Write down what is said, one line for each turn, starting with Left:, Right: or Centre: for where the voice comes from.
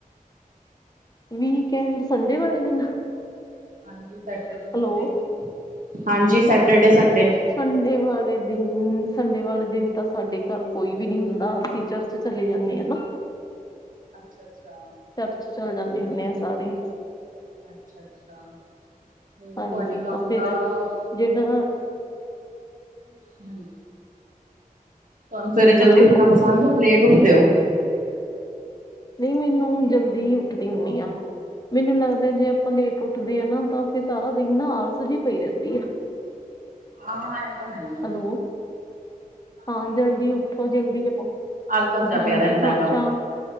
Left: ਵੀਕਐਂਡ, ਸੰਡੇ ਵਾਲੇ ਦਿਨ
Right: ਹਾਂਜੀ ਸੈਟਰਡੇ,
Left: ਹੈਲੋ
Right: ਸੰਡੇ, ਹਾਂਜੀ ਸੈਟਰਡੇ, ਸੰਡੇ
Left: ਸੰਡੇ ਵਾਲੇ ਦਿਨ, ਸੰਡੇ ਵਾਲੇ ਦਿਨ ਤਾਂ ਸਾਡੇ ਘਰ ਕੋਈ ਵੀ ਨੀ ਹੁੰਦਾ। ਅਸੀਂ ਚਰਚ ਚਲੇ ਜਾਂਨੇ ਆ ਨਾ।
Right: ਅੱਛਾ, ਅੱਛਾ
Left: ਚਰਚ ਚੱਲ ਜਾਂਦੇ ਹੁੰਨੇ ਆ ਸਾਰੇ।
Right: ਅੱਛਾ-ਅੱਛਾ। ਤੁਹਾਡੇ
Left: ਹਾਂਜੀ
Right: ਕੰਮ
Left: ਤਾਂ ਫਿਰ
Right: ਦਾ,
Left: ਜਿਹੜਾ
Right: ਹਾਂਜੀ। ਤੁਹਾਨੂੰ ਸਵੇਰੇ
Left: ਹੈਲੋ
Right: ਜਲਦੀ ਉੱਠਣਾ ਪਸੰਦ, ਲੇਟ ਉੱਠਦੇ ਓ।
Left: ਨਹੀਂ ਮੈਨੂੰ ਜਲਦੀ ਹੀ ਉੱਠਦੀ ਹੁੰਨੀ ਆ। ਮੈਨੂੰ ਲੱਗਦਾ ਜੇ ਆਪਾਂ ਲੇਟ ਉੱਠਦੇ ਹ ਨਾ ਤਾਂ ਫਿਰ ਸਾਰਾ ਦਿਨ ਨਾ ਆਲਸ ਜੀ ਪਈ ਰਹਿੰਦੀ ਆ।
Right: ਹਾਂ ਇਹ ਤਾਂ ਹੈ ਹੀ
Left: ਹੈਲੋ
Right: ਐ।
Left: ਹਾਂ, ਜਲਦੀ ਉਠੋ ਜਲਦੀ,
Right: ਆਲਕਸ ਜਾ
Left: ਹਾਂਜੀ
Right: ਪਿਆ ਰਹਿੰਦਾ
Left: ਸ਼-ਸ਼ਾਮ।
Right: ਹੈਗਾ